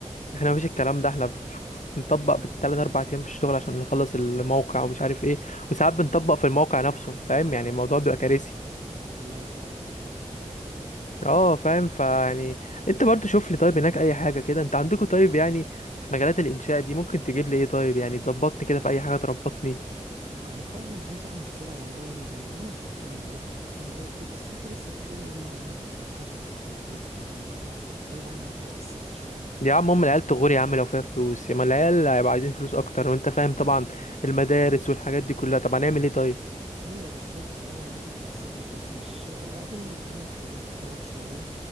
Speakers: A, on the left; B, on the right.
A: احنا مفيش الكلام ده احنا في- بنطبق بالثلاث اربع ايام في الشغل عشان نخلص الموقع ومش عارف ايه وساعات بنطبق في الموقع نفسه فاهم يعني الموضوع بيبقى كارثي
B: الله يعينك والله
A: اه فاهم فيعني انت برضو شوف لي طيب هناك اي حاجه كده انت عندكم طيب يعني في مجالات الانشاء دي ممكن تجيب لي ايه طيب يعني تظبطني كده في اي حاجه تربطني
B: أنا فعلا عايز أعمل كده والله من غير ما أنت تقولي والله فكرت في الموضوع كتير بس أنت لسه بتقولي أم العيلة بتوحشك الت- التلات أيام دول هتغيب عنها إزاي بالست شهور
A: يا عم هم العيال تغور يا عم لو فيها فلوس يا ما العيال هيبقى عايزين فلوس اكتر وانت فاهم طبعا المدارس والحاجات دي كلها طب هنعمل ايه طيب
B: ايوه بالظبط فاهم انا عايزك تحسبها كده مش وبعدين ربنا يكرمك وتقعد شويه